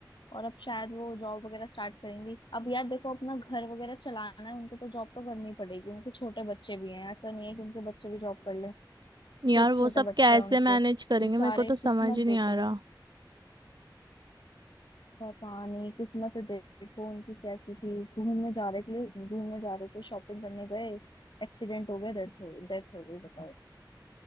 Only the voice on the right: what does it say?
यार वो
सब
कैसे
मैनेज करेंगे
मेरे को तो
समझ ही नहीं
आ रहा